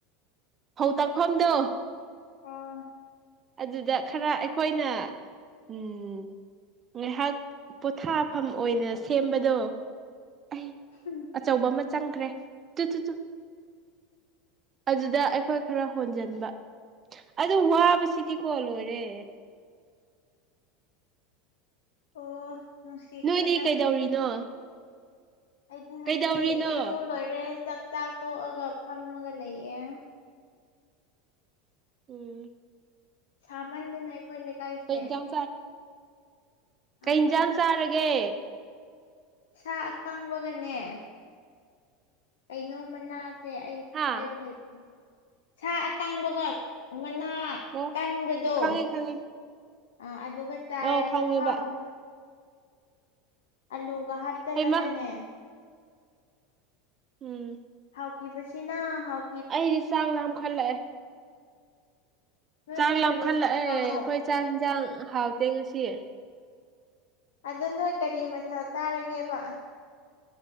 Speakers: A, on the right; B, on the left.
A: ꯐꯧ ꯇꯥꯛꯐꯝꯗꯣ
B: ꯑꯣ
A: ꯑꯗꯨꯗ ꯈꯔ ꯑꯩꯈꯣꯏꯅ ꯎꯝ ꯉꯥꯏꯍꯥꯛ ꯄꯣꯊꯥꯐꯝ ꯑꯣꯏꯅ ꯁꯦꯝꯕꯗꯣ ꯑꯩ
B: ꯎꯝ <inaudible>
A: ꯑꯆꯧꯕ ꯑꯃ ꯆꯪꯈ꯭ꯔꯦ ꯇꯨ ꯇꯨ ꯇꯨ ꯑꯗꯨꯗ ꯑꯩꯈꯣꯏ ꯈꯔ ꯍꯣꯟꯖꯟꯕ ꯑꯗꯨ ꯋꯥꯕꯁꯤ ꯁꯤꯗꯤ ꯂꯣꯏꯔꯦ
B: ꯑꯣ ꯅꯨꯡꯁꯤꯈ꯭ꯔꯦꯗ
A: ꯅꯣꯏꯗꯤ ꯀꯩꯗꯧꯔꯤꯅꯣ
B: ꯑꯩꯗꯤ ꯍꯧꯖꯤꯛ
A: ꯀꯩꯗꯧꯔꯤꯅꯣ
B: ꯏꯔꯨ ꯂꯣꯏꯔꯦ ꯆꯥꯛ ꯆꯥꯛ ꯇꯣꯛꯑꯒ ꯐꯝꯃꯒ ꯂꯩꯌꯦ
A: ꯎꯝ
B: ꯁꯥꯃꯟꯗꯨꯅ ꯑꯩꯈꯣꯏ ꯂꯩꯀꯥꯏꯁꯦ
A: ꯀꯩ ꯏꯟꯁꯥꯡ
B: ꯑꯥ
A: ꯀꯩ ꯏꯟꯖꯥꯡ ꯆꯥꯔꯒꯦ
B: ꯁꯥ ꯀꯪꯕꯒꯅꯦ ꯀꯩꯅꯣ ꯃꯅꯥꯁꯦ ꯑꯩ
A: ꯍꯥ
B: ꯍꯥꯏꯕ ꯍꯩꯇꯦꯅꯦ ꯁꯥ ꯑꯀꯪꯕꯒ ꯃꯅꯥ
A: ꯑꯣ
B: ꯀꯟꯕꯗꯣ
A: ꯈꯪꯉꯦ ꯈꯪꯉꯦ
B: ꯑ ꯑꯗꯨꯒ ꯆꯥꯏ
A: ꯑꯣ ꯈꯪꯉꯦꯕ
B: ꯈꯨꯍꯥꯎ ꯑꯃ ꯑꯂꯨꯒ ꯍꯥꯞꯆꯜꯂꯒꯅꯦ
A: ꯍꯩꯃ ꯎꯝ
B: ꯍꯥꯎꯈꯤꯕꯁꯤꯅ ꯍꯥꯎ
A: ꯑꯩꯗꯤ ꯆꯥꯛ ꯂꯝꯈꯠꯂꯛꯑꯦ
B: ꯅꯣꯏꯕꯨ
A: ꯆꯥꯛ ꯂꯝꯈꯠꯂꯛꯑꯦ
B: ꯀꯔꯤ ꯃꯊꯦꯜꯅꯣ
A: ꯑꯈꯣꯏ ꯆꯥꯛ ꯍꯤꯟꯖꯥꯡ ꯍꯥꯎꯇꯦ ꯉꯁꯤ
B: ꯑꯗꯨ ꯅꯣꯏ ꯀꯔꯤ ꯃꯊꯦꯜ ꯆꯥꯔꯥꯒꯦꯕ